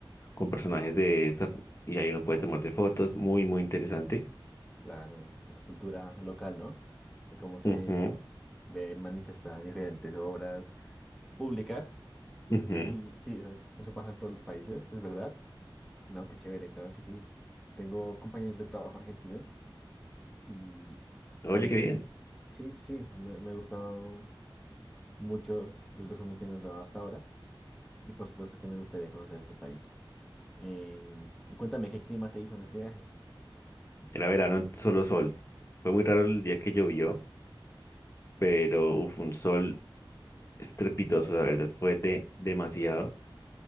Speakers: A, on the left (about 30°); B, in the centre.
A: con personajes de esta y ahí uno puede tomarse fotos. Muy, muy interesante.
B: claro, la cultura local, ¿no? De cómo se
A: Ujú,
B: ve manifestada en diferentes obras públicas.
A: ujú.
B: Y sí, eso, eso pasa en todos los países, es verdad. No, qué chévere, claro que sí. Tengo compañeros de trabajo argentinos y
A: Oye,
B: también,
A: qué bien.
B: sí, sí, sí, me, me ha gustado mucho el resumen que me has dado hasta ahora y por supuesto que me gustaría conocer este país. Em, y cuéntame, ¿qué clima te hizo en este viaje?
A: Era verano, solo sol. Fue muy raro el día que llovió, pero uf, un sol estrepitoso, la verdad. Fue de demasiado.